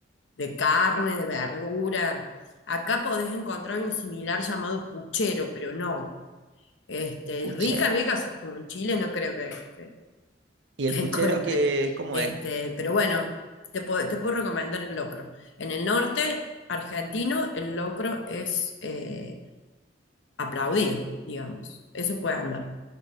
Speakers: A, on the left; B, on the right.
A: de carne, de verdura. Acá podés encontrar algo similar llamado puchero, pero no. Este,
B: Puchero.
A: rica, rica, como en Chile no creo que, que-
B: ¿Y
A: que
B: el puchero
A: <laughs> encuentres.
B: que, cómo
A: Este,
B: es?
A: pero bueno, te puedo, te puedo recomendar el locro. En el norte argentino, el locro es eh, aplaudido, digamos. Eso puede andar.